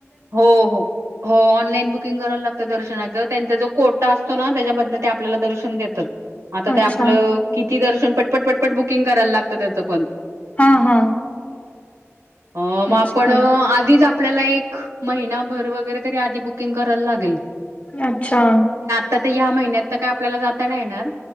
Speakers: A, on the right (about 85°); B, on the left (about 30°).
A: हो हो हो ऑनलाईन बुकिंग कराला लागत दर्शना ज त्यांचा जो कोटा असतो ना त्याच्यामध ते आपल्याला दर्शन देतात
B: लागतं.
A: आता
B: अच्छा
A: ते आपलं किती दर्शन पटपट पटपट बुक कुकिंग करायला लागतं त्याचं पण
B: हा हा
A: अ
B: अच्छा.
A: मग आपण आधीच आपल्याला एक महिनाभर वगैरे तरी आधी बुकिंग करायला लागेल
B: अच्छा
A: आ तर या्या महिन्यात तर काय आपल्याला जाता नाही येणार